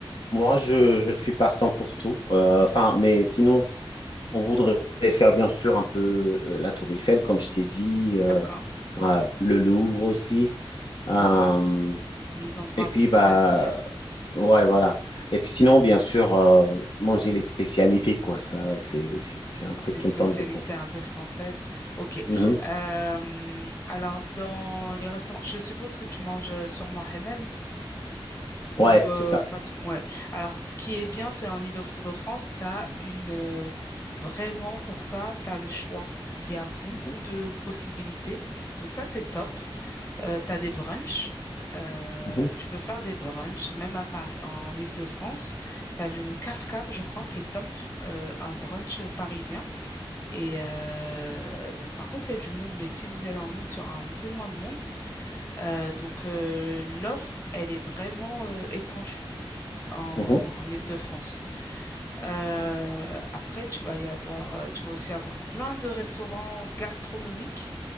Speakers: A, on the left (about 65°); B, on the left (about 35°).
A: moi, je, je suis partant pour tout. Euh, Enfin, mais sinon, on voudrait faire bien sûr un peu euh, la Tour Eiffel, comme je t'ai dit,
B: D'accord,
A: euh, euh, le Louvre aussi. Euh,
B: d'accord. Les endroits
A: et
B: un
A: puis,
B: peu tradis,
A: bah,
B: hein,
A: ouais, voilà. Et puis sinon, bien sûr, euh, manger les spécialités, quoi. Ça, c'est, c'est c'est un truc
B: les
A: qui
B: spécialités
A: me tente beaucoup.
B: un peu françaises. Ok.
A: Mhm.
B: Euh, alors dans les restaurants, je suppose que tu manges euh, sûrement halal.
A: Ouais,
B: Ou euh,
A: c'est ça.
B: parce- ouais. Alors, ce qui est bien, c'est en Île-de-France, tu as une euh, vraiment pour ça, tu as le choix. Il y a beaucoup
A: Mhm.
B: de possibilités. Donc ça, c'est top. Euh, tu as des brunchs. Euh,
A: Mhm.
B: tu peux faire des brunchs, même à Paris, en Île-de-France. Tu as le Caf Caf, je crois, qui est top, euh, un brunch parisien. Et euh, bon, par contre, il y a du monde, mais si vous allez en août, il y aura un peu moins de monde. Euh, donc, euh, l'offre, elle est vraiment euh, étendue en
A: Mhm.
B: Île-de-France. Euh, après, tu vas y avoir, euh, tu vas aussi avoir plein de restaurants gastronomiques